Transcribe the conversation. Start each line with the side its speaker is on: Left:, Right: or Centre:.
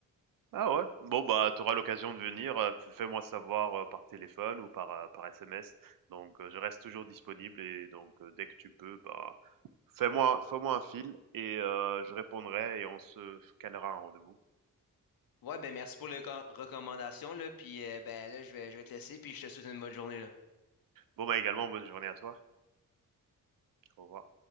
Right: Ah ouais? Bon bah, tu auras l'occasion de venir, heu, f fais-moi savoir, heu, par téléphone ou par, heu, par SMS donc, heu, je reste toujours disponible et donc, heu, dès que tu peux, bah Fais-moi fais-moi un fil et heu, je répondrai et on se calera un rendez-vous.
Left: Ouais, ben merci pour les co- recommandations, là. Puis, euh, ben là, je vais, je vais te laisser, puis je te souhaite une bonne journée, là.
Right: Bon, bah, également bonne journée à toi. Au revoir.